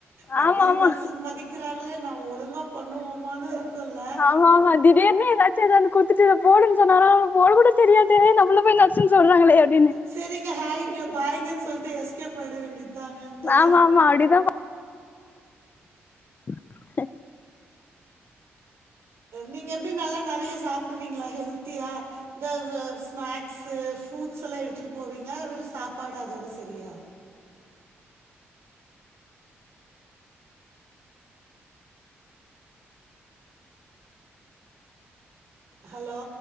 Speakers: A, on the right (about 65°); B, on the left (about 40°).
A: நம்மளும்
B: ஆமா ஆமா
A: நர்ஸ் மதிக் கிறாங்களே நம்ப ஒழுங்கா பண்ணுவோமானு இருக்கும்ல்ல
B: ஆமா ஆமா திடீர்னு எதாச்சும் எடுத்துவந்து குடுத்துட்டு போடுன்னு சொன்ன போட கூட தெரியாதே நம்மள போய் நச்சுன்னு சொல்றாங்களே அப்டின்னு
A: சேரிங்க ஹாய்ங்க பாய்ங்கன்னு சொல்லிட்டு எஸ்கேப் ஆயிட வேண்டியது தங்கந்து
B: ஆமா ஆமா அப்டிதா ஹ
A: நீங்க எப்டி நல்லா நெறைய சாப்டுவீங்களா ஹெல்த்தியா இந்த இத ஸ்நாக்ஸு ஃப்ரூட்ஸ்ல்லாம் எடுத்துட்டு போவீங்காளா வெறும் சாப்பாடு அதோட செரியா ஹலோ